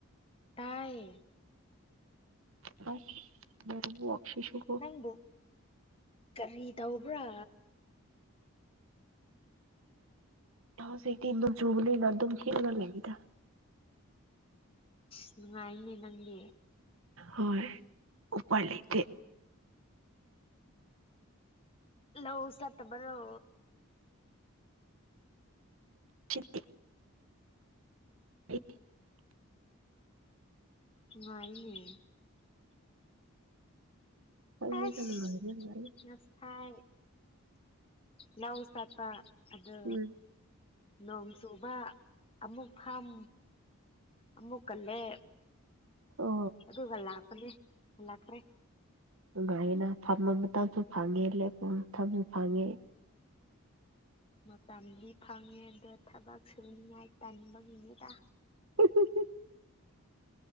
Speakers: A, on the left; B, on the right.
A: ꯇꯑꯌꯦꯦ
B: ꯃꯔꯕꯨꯛꯁꯤꯁꯨꯨ ꯀꯣ
A: ꯅꯪꯕꯨ ꯀꯔꯤ ꯇꯧꯕ꯭ꯔꯥ
B: ꯑ ꯍꯁꯗꯤ ꯏ ꯆꯨꯕꯂꯤꯅ ꯑꯗꯨꯝ ꯍꯅ ꯂꯩꯕꯤꯗ <inaudible>
A: ꯑ ꯅꯨꯡꯉꯥꯏꯅꯦ ꯅꯪꯅꯦ
B: ꯍꯣꯏ ꯎꯄꯔ ꯂꯩꯇꯦ
A: ꯂ ꯎ ꯁꯠꯇꯕꯔꯣ
B: ꯁꯤ ꯎ
A: ꯉꯏꯌꯦ
B: ꯅꯪꯅꯤꯗ
A: ꯑꯁ
B: ꯅꯨꯡꯉꯥꯏꯕ
A: ꯅꯁꯥꯏ ꯂꯎ ꯁꯥꯥꯄ ꯑꯗ
B: ꯎꯝ
A: ꯅꯣꯡ ꯆꯨꯕ ꯑꯃꯨꯛ ꯐꯝ ꯑꯃꯨꯛ ꯀꯜꯂꯦ
B: ꯑꯣ
A: ꯑꯗꯨꯒ ꯂꯥꯛꯀꯅꯦꯦꯜꯈ꯭ꯔꯦ
B: ꯅꯨꯡꯉꯥꯏꯅ ꯐꯝꯕ ꯃꯇꯝꯁꯨ ꯐꯪꯉꯦ ꯂꯦꯛꯄ ꯃꯇꯝꯁꯨ ꯐꯪꯉꯦ
A: ꯃꯇꯝꯗꯤ ꯐꯪꯉꯦꯗꯣ ꯊꯕꯛ ꯁꯨꯅꯤꯉꯥꯏ ꯇꯟꯕꯒꯤꯅꯦꯗ
B: ꯎ